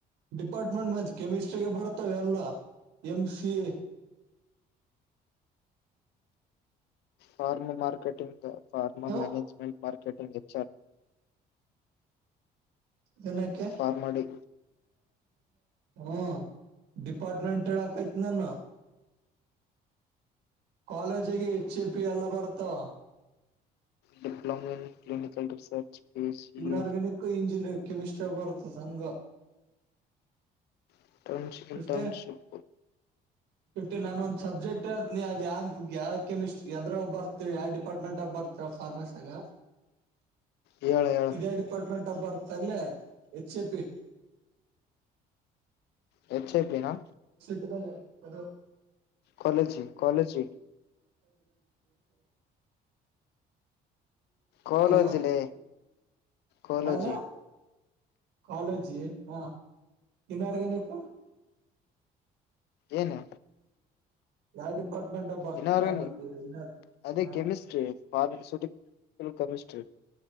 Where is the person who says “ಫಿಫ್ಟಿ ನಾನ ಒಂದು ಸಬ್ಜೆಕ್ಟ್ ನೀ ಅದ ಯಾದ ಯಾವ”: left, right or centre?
Right